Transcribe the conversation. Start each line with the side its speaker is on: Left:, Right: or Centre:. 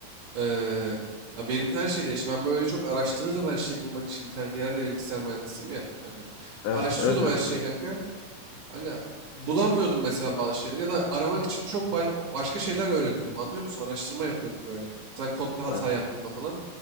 Right: ee, ya benim de her şey değişti. Ben böyle çok araştırırdım her şeyi bulmak için internette. Yani de bilgisayar mühendisiyim ya kanka.
Left: Evet,
Right: Araştırıyordum
Left: evet, evet
Right: her şeyi
Left: biliyorum.
Right: kanka. Kanka bulamıyordum mesela bazı şeyleri ya da aramak için çok baş- başka şeyler öğreniyordum. Anlıyor musun? Araştırma yapıyordum böyle. Sen kodda hata
Left: Evet.
Right: yaptığımda falan.